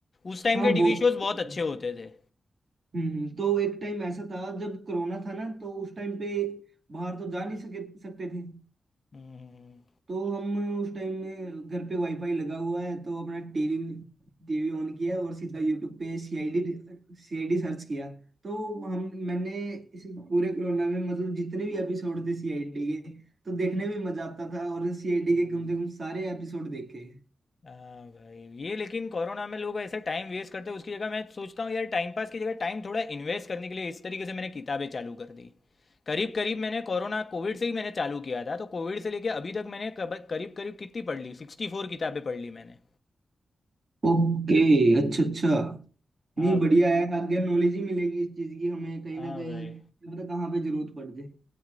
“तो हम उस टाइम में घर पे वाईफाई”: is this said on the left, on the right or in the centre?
Right